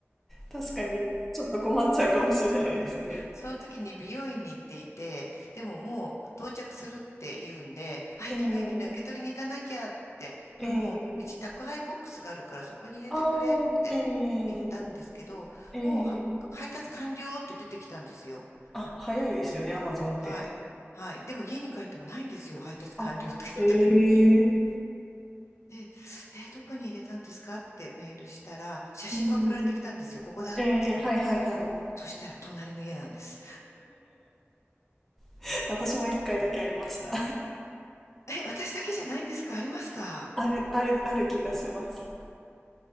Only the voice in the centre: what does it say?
確かにちょっと困っちゃうかもしれないですね。
ええ
ええああ、ええええ
あ、早いですよね、アマゾンって。
<laughs> あ、ええ
うん、
ええはいはいはい。
<laughs> 私も一回だけありました。
<laughs> ある、ある、ある気がします。